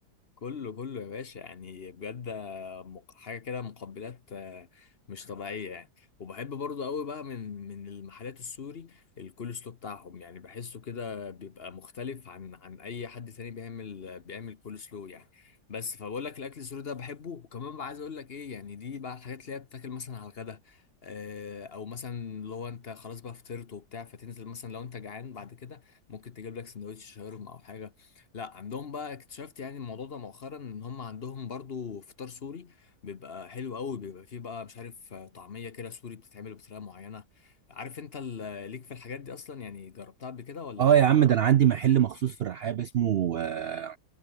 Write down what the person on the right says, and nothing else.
اه يا
عم
ده انا عندي محل مخصوص في الرحاب اسمه آه،